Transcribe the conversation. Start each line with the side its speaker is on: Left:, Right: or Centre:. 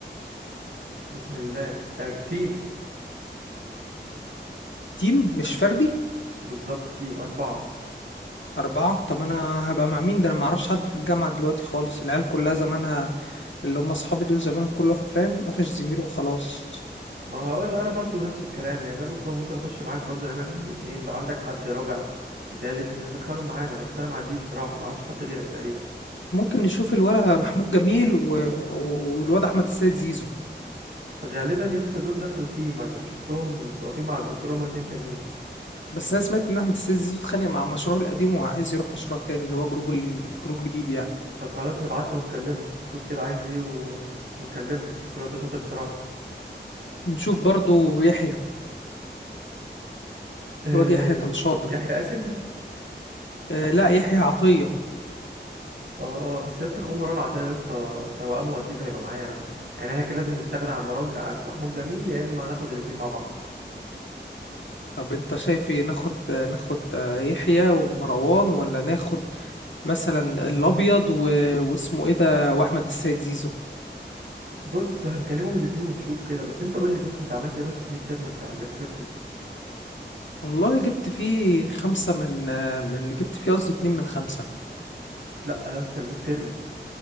Right: بسم الله آه، تيم
Left: تيم مش فردي
Right: بالظبط تيم اربعه
Left: أربعة طب أنا هبقى مع مين ده أنا معرفش حد في الجامعة دلوقتي خالص العيال كلها زمانها اللي هم أصحابي دول زمانهم كل واحد فاهم قفش زميله وخلاص
Right: ما هقول انا برضو نفس الكلام يعني انا ممكن ممكن اخش معاك برضو نعمل احنا الاتنين لو عندك حد رابع وتالت ندخلهم معانا بس انا ما عنديش بصراحه ما اعرفش حد غيرك تقريبا
Left: ممكن نشوف الولا محمود جميل و... والواد أحمد السيد زيزو
Right: غالبا يسطا دول دخلوا تيم عشان شفتهم بيبقوا واقفين مع الدكتور هما اتنين تانيين
Left: بس انا سمعت ان احمد السيد زيزو اتخانق مع مشروعه القديم وعايز يروح مشروع تاني اللي هو جروب ال- جروب جديد يعني
Right: طب خلاص نبعت له ونكلمه نشوف كده عايز ايه و... ونكلمه عشان الواد ده شاطر بصراحه
Left: نشوف برضو يحيى
Right: آه...
Left: الواد يحيى كان شاطر
Right: يحيى قاسم
Left: آه لا يحيى عطية
Right: اه بس يا اسطى اخوه مروان عطيه يا اسطى توأمه اكيد هيبقى معايا يعني احنا كان لازم نستغنى عن مروان عن محمود جميل يا اما ناخد الاتنين مع بعض
Left: طب انت شايف ايه ناخد آه، ناخد آه، يحيى ومروان ولا ناخد مثلا الابيض و... واسمه ايه ده واحمد السيد زيزو
Right: بص هنكلمهم الاتنين ونشوف كده بس انت قول لي بس انت عملت ايه بس في ميد ترم بتاع الاكسبيرت سيستم
Left: والله جبت فيه خمسة من آه، من جبت فيه قصدي اتنين من خمسة
Right: لا يا اسطى الميد ترم